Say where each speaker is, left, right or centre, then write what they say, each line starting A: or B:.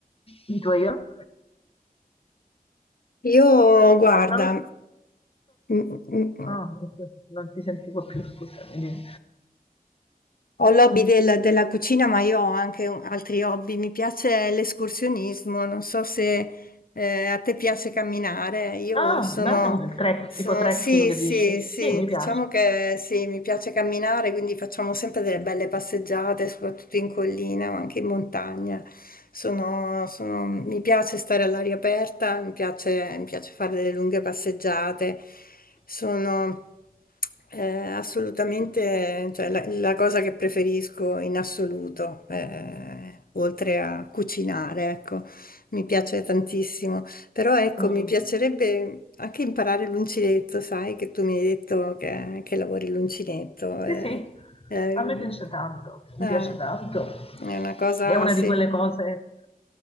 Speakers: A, on the left (about 40°); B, on the left (about 70°).
A: I tuoi io?
B: Io, guarda,
A: Pronto?
B: mm, mm,
A: Ah, non ti sentivo più, scusami. dimmi.
B: Ho l'hobby del- della cucina, ma io ho anche un- altri hobby. Mi piace l'escursionismo. Non so se eh, a te piace camminare. Io
A: Ah,
B: sono,
A: bello, il trek,
B: sono-
A: tipo trekking
B: Sì, sì,
A: dici?
B: sì,
A: Sì, mi
B: diciamo
A: piace.
B: che sì, mi piace camminare, quindi facciamo sempre delle belle passeggiate, soprattutto in collina, ma anche in montagna. Sono- sono- mi piace stare all'aria aperta, mi piace mi piace fare delle lunghe passeggiate. Sono eh, assolutamente, cioè, la, la cosa che preferisco in assoluto, eh, oltre a cucinare, ecco, mi piace tantissimo. Però ecco,
A: Mm.
B: mi piacerebbe anche imparare l'uncinetto, sai, che tu mi hai detto che, che lavori l'uncinetto.
A: Sì,
B: eh,
A: sì,
B: eh,
A: a me piace tanto, mi
B: ah,
A: piace tanto.
B: è una cosa,
A: È una
B: sì.
A: di quelle cose